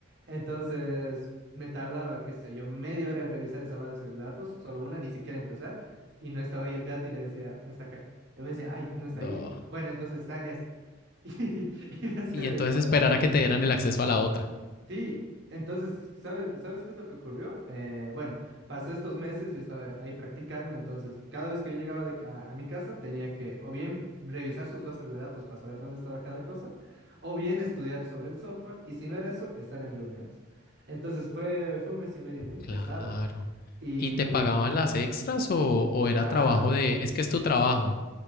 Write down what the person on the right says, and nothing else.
Entonces, me tardaba, qué sé yo, media hora en revisar esa base de datos, solo una, ni siquiera empezar, y no estaba ahí el dato y le decía, no está acá. Y me decía, ay, que no está
ahí. Bueno, entonces está en esta. <laughs> Y, y me hacía
revisar
atrás.
Sí, entonces, ¿sabes, sabes qué es lo que ocurrió? Eh, bueno, pasé estos meses, yo estaba ahí practicando, entonces cada vez que yo llegaba de, ca- a, mi casa tenía que o bien revisar sus bases de datos para saber dónde estaba cada cosa, o bien estudiar sobre el software, y si no era eso, estar en reuniones. Entonces fue, fue un mes y medio muy pesado.
Y...
ah,